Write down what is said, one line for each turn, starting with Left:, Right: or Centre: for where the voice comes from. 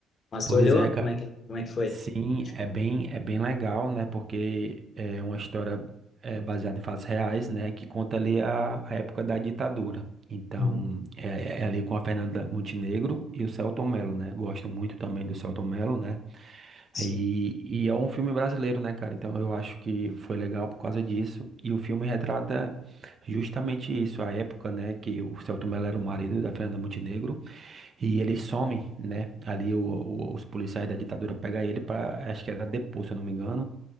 Left: Mas
Right: Pois
Left: tu olhou?
Right: é, cara.
Left: Como é que, como é que foi?
Right: Sim,
Left: Tipo,
Right: é bem, é bem legal, né? Porque é uma história é, baseada em fatos reais, né? Que conta ali a, a época da ditadura. Então,
Left: uhum,
Right: é, é ali com a Fernanda Montenegro e o Selton Mello, né? Gosto muito também do Selton Mello, né?
Left: sim.
Right: E, e é um filme brasileiro, né, cara? Então, eu acho que foi legal por causa disso. E o filme retrata Justamente isso, a época, né, que o Celto Mello era o marido da Fernanda Montenegro e eles somem, né, ali o- o- os policiais da ditadura pegam ele para, acho que era depor, se eu não me engano,